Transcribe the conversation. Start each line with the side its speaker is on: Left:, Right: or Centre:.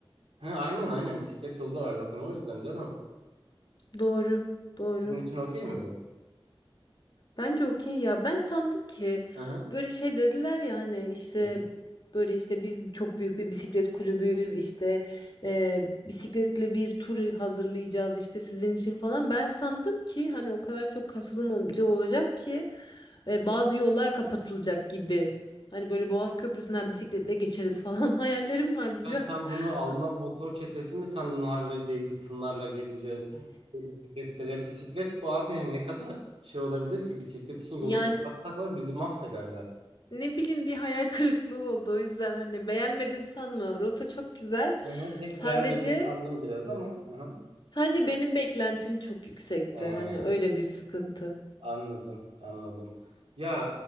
Right: He, aynen aynen bisiklet yolda var zaten o yüzden canım.
Left: Doğru doğru.
Right: Senin için okey mi bu?
Left: Bence okey ya. Ben sandım ki
Right: Hı hı.
Left: böyle şey dediler ya hani işte
Right: Ne?
Left: böyle işte biz çok büyük bir bisiklet kulübüyüz işte e, bisikletle bir tur hazırlayacağız işte sizin için falan. Ben sandım ki hani o kadar çok katılım olunca olacak ki e, bazı yollar kapatılacak gibi. Hani böyle Boğaz Köprüsü'nden bisikletle geçeriz falan <laughs> hayallerim vardı
Right: Ya
Left: biraz.
Right: sen bunu
Left: <laughs>
Right: Alman motor çetesi mi sandın Harley Davidson'larla geleceğiz? Böyle ceketler. Ya bisiklet bu abi ne kadar şey olabilir ki bisiklet için yolu
Left: Yani
Right: kapatsak var bizi mahvederler.
Left: ne bileyim bir hayal kırıklığı oldu o yüzden hani beğenmedim sanma. Rota çok güzel.
Right: Hı hı, pek
Left: Sadece
Right: beğenmedim sandım biraz ama. Hı hı.
Left: Sadece benim beklentim çok yüksekti.
Right: He,
Left: Hani öyle bir sıkıntı.
Right: anladım anladım. Ya